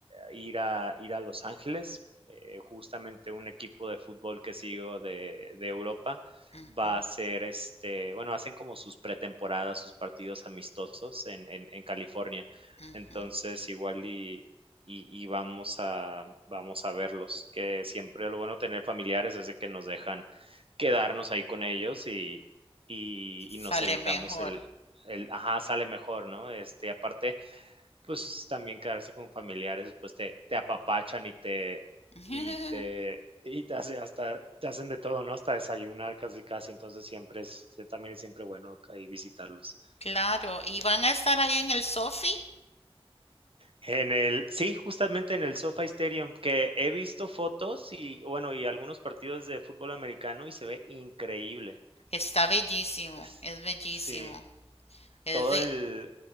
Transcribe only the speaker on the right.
ir, a, ir a Los Ángeles. Eh, justamente un equipo de fútbol que sigo de, de Europa
va a hacer, este, bueno, hacen como sus pretemporadas, sus partidos amistosos en, en, en California.
Entonces, igual y, y, y, vamos, a, vamos a verlos, que siempre lo bueno tener familiares es de que nos dejan quedarnos ahí con ellos y, y, y nos
evitamos
el, el, ajá, sale mejor, ¿no? Este, aparte, pues también quedarse con familiares, después te, te apapachan y te,
y te,
y te hace hasta, te hacen de todo, ¿no? Hasta desayunar casi casi, entonces siempre es, sí, también es siempre bueno ahí visitarlos.
En el, sí, justamente en el SoFi Stadium, que he visto fotos y, bueno, y algunos partidos de fútbol americano y se ve increíble.
Es-
sí,
todo
el,